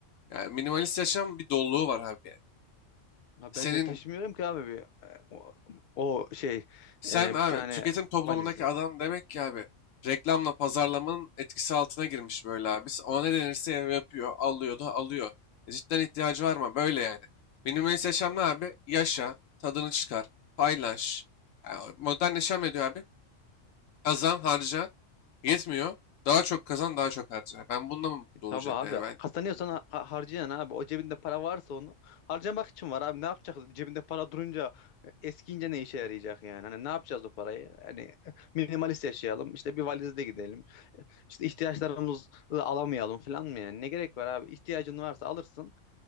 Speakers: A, on the left (about 85°); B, on the left (about 55°).
A: yani minimalist yaşam bir doluluğu var abi yani.
B: Ya
A: Senin
B: ben de taşımıyorum ki abi bir, e, o, o şey
A: Sen
B: e,
A: abi
B: bir tane
A: tüketim toplumundaki
B: valizi.
A: adam demek ki abi reklamla pazarlamanın etkisi altına girmiş böyle abi. Ona ne denirse yapıyor, alıyor da alıyor. E cidden ihtiyacı var mı? Böyle yani. Minimalist yaşam ne abi? Yaşa, tadını çıkar, paylaş. Yani modern yaşam ne diyor abi? Kazan, harca. Yetmiyor. Daha çok kazan, daha çok harca. Ben bununla mı mutlu olacağım
B: Tabii abi
A: yani ben?
B: kazanıyorsan ha- ha- harcayan abi o cebinde para varsa onu harcamak için var abi ne yapacak cebinde para durunca e, eskiyince ne işe yarayacak yani hani ne yapacağız o parayı hani e, minimalist yaşayalım işte bir valizde gidelim işte ihtiyaçlarımızı alamayalım falan mı yani ne gerek var abi ihtiyacın varsa alırsın